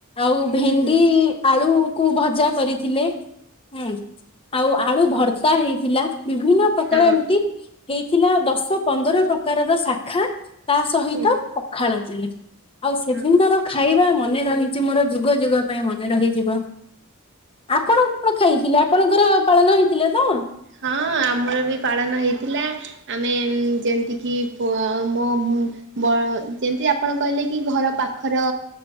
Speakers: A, on the left; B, on the right.
A: ଆଉ ଭେଣ୍ଡି
B: ହୁଁ
A: ଆଳୁ କୁ ଭଜା କରିଥିଲେ। ହୁଁ ଆଉ ଆଳୁ ଭର୍ତ୍ତା ହେଇଥିଲା, ବିଭିନ୍ନ ପ୍ରକାର
B: ହଁ
A: ଏମିତି। ହେଇଥିଲା ଦଶ ପନ୍ଦର ପ୍ରକାରର ଶାଖା। ତା ସହିତ
B: ହୁଁ
A: ପଖାଳ ଦେଲେ ଆଉ ସେଦିନର
B: ହଁ।
A: ଖାଇବା ମନେ ରହିଛି ମୋର, ଯୁଗ ଯୁଗ ପାଇଁ ମନେ ରହିଯିବ, ଆପଣ କଁ ଖାଇଥିଲେ ଆପଣଙ୍କର ପାଳନ ହେଇଥିଲା ତ?
B: ହଁ ଆମର ବି ପାଳନ ହେଇଥିଲା। ଆମେ ଉଁ ଯେମତିକି ପୋ ଆ ମମ୍ ବ ଆ ଉଁ ଯେମତି ଆପଣ କହିଲେ କି ଘର ପାଖର